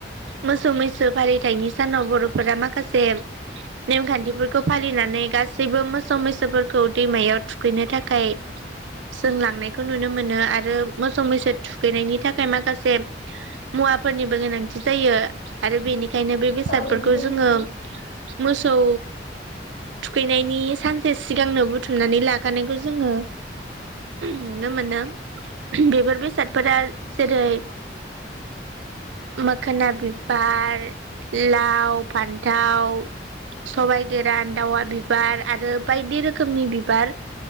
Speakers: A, on the right; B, on the left.
A: मोसौ मैसो फालिथायाइनि सानाव बर'फोरा माखासे नेमखान्थिफोरखौ फालिनानै गासैबो मोसौ मैसोफोरखौ दैमायाव थुखैनो थाखाय जों लांनायखौ नुनो मोनो आरो मोसौ मैसो थुखैनायनि थाखाय माखासे मुवाफोरनिबो गोनांथि जायो आरो बेनिखायनो बे बेसादफोरखौ
B: औ नंगौ नोंथां
A: जोंङो। मोसौ थुखैनायनि सानसे सिगांनो बुथुमनानै लाखानायखौ जोंङो। नुनो मोनो बेफोर बेसादफोरा जेरै - मोखोना बिबार लाव फान्थाव सबायाइ गोरान दावा बिबार आरो बायदि रोखोमनि बिबार